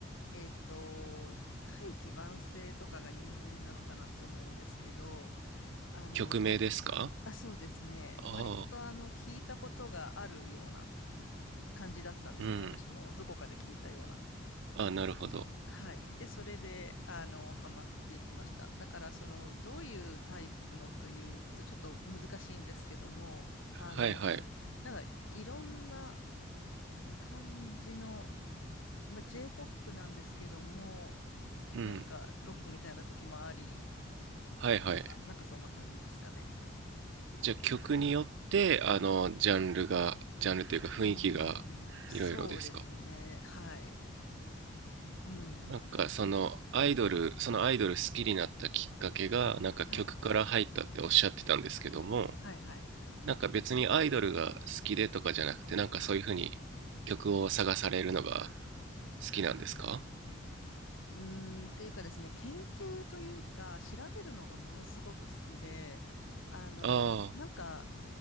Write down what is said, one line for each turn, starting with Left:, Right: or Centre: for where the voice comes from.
Left: えっと、大器晩成とかが有名なのかなって思うんですけど、あの、
Right: 曲名ですか
Left: 割あ、そうですね。
Right: ああ、
Left: 割とあの、聞いたことがあるような感じだったんですね。
Right: うん。
Left: 私もどこかで聞いたような。
Right: ああ、なるほど。
Left: はい。で、それで、あの、ハマっていきました。だから、その、どういうタイプのというと、ちょっと難しいんですけども、あの、
Right: はいはい。
Left: なんか、いろんな感じの、まあ、J-POP なんですけども、
Right: うん。
Left: なんか、ロックみたいな時もあり、
Right: はいはい。
Left: とか、なんかそんな感じですかね。
Right: じゃあ曲によって、あの、ジャンルが、ジャンルというか雰囲気がいろいろですか
Left: うーん、そうですね。はい。うん。
Right: なんかそのアイドル、そのアイドル好きになったきっかけが、なんか曲から入ったっておっしゃってたんですけども、
Left: はい。はい、はい。
Right: なんか別にアイドルが好きでとかじゃなくて、なんかそういうふうに曲を探されるのが
Left: あ、
Right: 好きなんですか
Left: うーん、っていうかですね、研究というか、調べるのがものすごく好きで、あの、
Right: ああ、
Left: なんか、